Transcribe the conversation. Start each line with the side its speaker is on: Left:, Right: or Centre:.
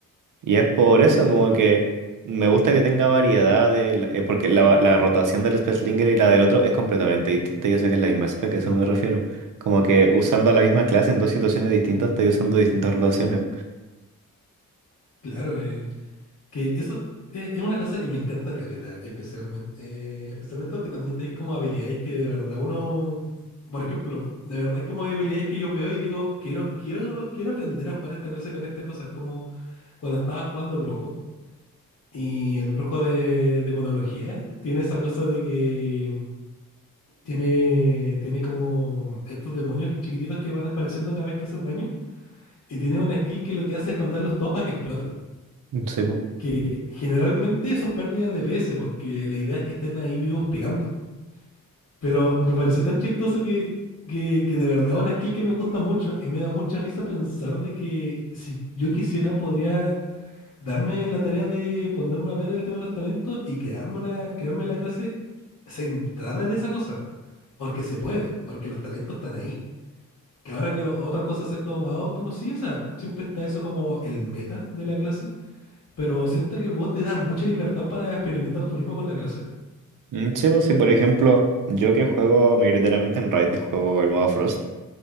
Right: Y es por eso
Left: Sí,
Right: como que me gusta que tenga variedad de... la- eh, porque la, la rotación del Spellslinger y la del otro es completamente distinta. Yo sé que es la misma spec, a eso me refiero. Como que usando a la misma clase en dos situaciones distintas, estoy usando distintas rotaciones.
Left: claro, eh, Que eso es, es una cosa que me encanta caleta, especialmente, eh, especialmente porque también tenéis como habilidades que de verdad uno, por ejemplo, de verdad hay como habilidades que yo veo y digo, quiero, quiero, quiero aprender a jugar esta clase con estas cosas, como cuando estaba jugando brujo y el brujo de, de monología tiene esa cosa de que tiene, tiene como estos demonios chiquititos que van apareciendo cada vez que haces daño y tiene una skill que lo que hace es mandarlos todos para que exploten.
Right: Sí, po.
Left: que generalmente eso es pérdida de PS, porque la idea es que estén ahí vivos pegando. Pero me pareció tan chistoso que, que, que de verdad una skill que me gusta mucho y me da mucha risa pensar de que si yo quisiera podría darme la tarea de ponerme a ver el tema de los talentos y crearme una, crearme la clase centrada en esa cosa. Porque se puede, porque los talentos están ahí. Que ahora que las otras cosas sean como más óptimos, sí, o sea, siempre está eso como el meta de la clase pero siento que el bot te da mucha libertad para experimentar tú mismo con la clase.
Right: Mm, Sí, pues sí, por ejemplo, yo que juego mayoritariamente en Raid, juego el modo Frost,